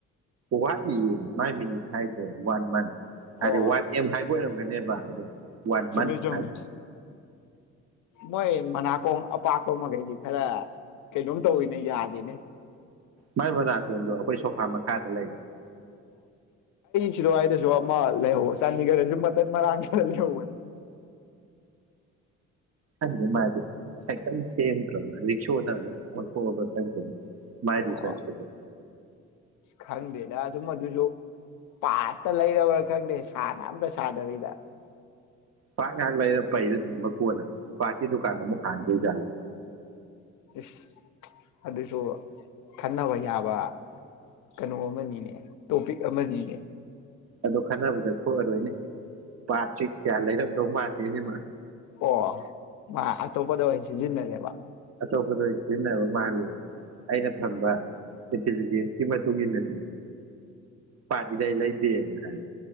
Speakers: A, on the right; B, on the left.
A: ꯋꯥꯠꯂꯤꯌꯦ ꯃꯥꯏ ꯃꯤꯅꯤꯠ ꯍꯥꯏꯗꯣ ꯋꯥꯟ ꯃꯟ <unintelligible>
B: ꯑꯣ
A: ꯑꯣꯏꯔꯝꯒꯅꯦꯕ ꯑꯗꯣ ꯋꯥꯟ
B: ꯆꯨꯝꯃꯤ
A: ꯃꯟ
B: ꯆꯨꯝꯃꯤ
A: ꯍꯥꯏ
B: ꯃꯣꯏ ꯃꯅꯥꯀꯣꯡ ꯑꯄꯥꯛꯄ ꯃꯈꯩꯗꯤ ꯈꯔ ꯀꯩꯅꯣꯝ ꯇꯧꯋꯤꯅꯦ ꯌꯥꯗꯦꯅꯦ
A: ꯃꯥꯏ ꯃꯅꯥꯇꯣꯟꯗꯣ ꯑꯩꯈꯣꯏ ꯁꯣꯐꯥ ꯃꯈꯥꯗ ꯂꯩ
B: ꯁꯤꯋꯥꯏꯗꯁꯨ ꯑꯃ ꯂꯩꯍꯧ ꯆꯥꯟꯗꯤꯒꯔꯗꯁꯨ ꯃꯇꯠ ꯃꯔꯥꯡ ꯈ ꯂꯩꯍꯧꯕꯅꯤ <inaudible>
A: ꯈꯪꯗꯦ ꯃꯗꯤ ꯁꯥꯏꯀꯜ ꯁꯦꯝꯗ꯭ꯔ ꯃꯥꯜꯂꯦ <unintelligible> ꯑꯃꯨꯛ ꯑꯣꯟꯊꯣꯛꯑꯕ꯭ꯔ ꯈꯪꯗꯦꯅꯦ ꯃꯥꯏ
B: ꯑꯣ
A: ꯔꯤꯁ꯭ꯔꯁꯀꯤꯗꯣ
B: ꯈꯪꯗꯦꯗ ꯑꯗꯨꯝꯃ ꯗꯨꯁꯨ ꯄꯥꯔꯠꯇ ꯂꯩꯔꯕ꯭ꯔ ꯈꯪꯗꯦ ꯁꯥꯅꯕꯗ ꯁꯥꯅꯔꯤꯕ
A: ꯄꯥꯔꯠ ꯉꯥꯛ ꯂꯩꯔ ꯄꯩꯔꯥ ꯊꯝꯃ ꯀꯣꯟꯅ ꯄꯥꯔꯠꯀꯤ ꯗꯨꯀꯥꯟ ꯑꯃꯨꯛ ꯍꯥꯡꯗꯣꯏꯖꯥꯠꯂꯣ
B: ꯏꯁ ꯑꯗꯨꯁꯨ ꯈꯟꯅꯕ ꯌꯥꯕ ꯀꯩꯅꯣ ꯑꯃꯅꯤꯅꯦ ꯇꯣꯄꯤꯛ ꯑꯃꯅꯤꯅꯦ
A: ꯑꯗꯣ ꯈꯟꯅꯕꯗ ꯊꯣꯑꯔꯣꯏꯅꯦ ꯄꯥꯠꯁꯤ ꯀꯌꯥ ꯂꯩꯔꯝꯗꯧ ꯃꯥꯟꯗꯦꯅꯦ ꯃꯥ
B: ꯑꯣ ꯃꯥ ꯑꯇꯣꯄꯗ ꯑꯣꯏ ꯆꯤꯟꯖꯤꯅꯔꯦꯕ
A: ꯑꯇꯣꯞꯄꯗ ꯑꯣꯏꯅ ꯁꯤꯖꯤꯟꯅꯕ ꯃꯥꯂꯦ ꯑꯩꯅ ꯐꯪꯕ ꯏꯟꯇꯤꯂꯤꯖꯦꯟꯁꯀꯤ ꯃꯇꯨꯡ ꯅꯦ ꯄꯥꯔꯠ ꯏꯂꯩ ꯂꯩꯗꯦꯅ ꯍꯥꯏ